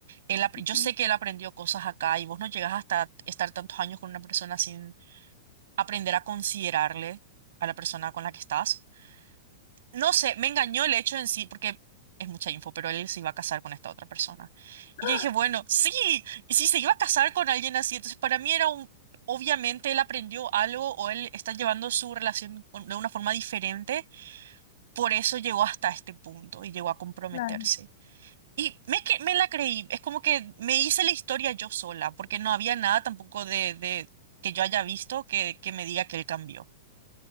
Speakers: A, on the right (about 65°); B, on the left (about 60°).
A: él apre-
B: Ujú.
A: yo sé que él aprendió cosas acá y vos no llegas hasta estar tantos años con una persona sin aprender a considerarle a la persona con la que estás. no sé, me engañó el hecho en sí, porque es mucha info, pero él se iba a casar con esta otra persona.
B: <gasps>
A: Y yo dije, bueno, sí, y si se iba a casar con alguien así, entonces para mí era un, obviamente él aprendió algo o él está llevando su relación con- de una forma diferente, por eso llegó hasta este punto y llegó a comprometerse.
B: Claro.
A: Y me, cre- me la creí, es como que me hice la historia yo sola, porque no había nada tampoco de, de que yo haya visto que, que me diga que él cambió.